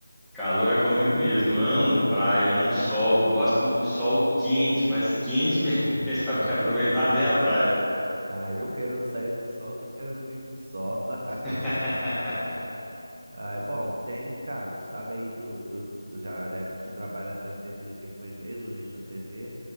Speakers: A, in the centre; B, on the right (about 45°).
A: Calor é comigo mesmo. Amo praia,
B: <laughs>
A: amo sol, gosto do sol quente, mas quente <laughs> mesmo para
B: Deus
A: aproveitar
B: me livre.
A: bem a praia.
B: Ah, eu querendo sair do sol, tu querendo vir pro sol. <laughs>
A: <laughs>
B: Ah, é bom, tem, cara, tu sabe aí, tu, tu, tu já deve, tu trabalha, deve ter vindo aqui algumas vezes, ou visto na TV.